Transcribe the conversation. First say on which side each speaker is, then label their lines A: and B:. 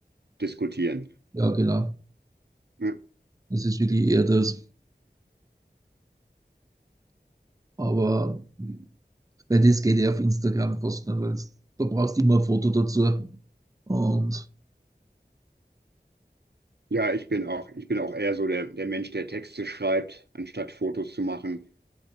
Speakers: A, on the right; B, on the right.
A: diskutieren.
B: Ja, genau.
A: Ja,
B: Das ist wirklich eher das. Aber weil das geht ja auf Instagram fast nicht, weil es- da brauchst du immer ein Foto dazu. Und
A: Ja, ich bin auch, ich bin auch eher so der, der Mensch, der Texte schreibt, anstatt Fotos zu machen.